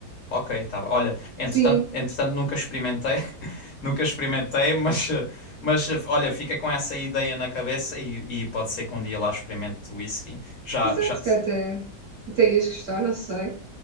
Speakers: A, on the left (about 55°); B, on the right (about 55°).
A: Ok, tá. bom. Olha, entretanto,
B: Sim.
A: entretanto nunca experimentei, <laughs> nunca experimentei, mas, eh, mas eh, olha, fica com essa ideia na cabeça e, e pode ser que um dia lá experimente whisky. Já,
B: Exato,
A: já, se
B: que até, até ias gostar, não sei.